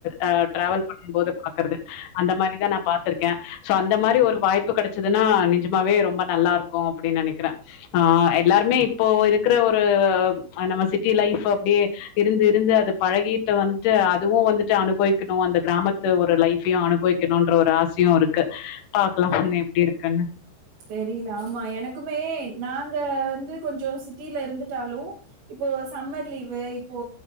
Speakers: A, on the left (about 60°); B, on the right (about 55°).
A: ஆ டிரவல் பண்ணும் போது பாக்கறது அந்த மாரிதா நா பாத்துருக்கே சோ அந்த மாரி ஒரு வாய்ப்பு கெடைச்சதுன்னா நிஜ மாவே ரொம்ப நல்லா இருக்கு அப்டின்னு நெனைக்கிறே ஆஹ் எல்லாருமே இப்போ இருக்குற ஒரு நம்ம சிட்டி லைஃப் அப்டியே இருந்து இருந்து அது பழகி வந்துட்டு அதுவு வந்துட்டு அனுபவிக்கணு அந்த கிராமத்து ஒரு லைஃபையு அனுபவிக்கணுன்ற ஒரு ஆசையு இருக்கு பாக்கலா இன்ன எப்டி இருக்குன்னு
B: தெரியல ஆமா எனக்குமே நாங்க வந்து கொஞ்சோ சிட்டில இருந்துட்டாலு இப்போ சம்மர் லீவ் வே இப்போ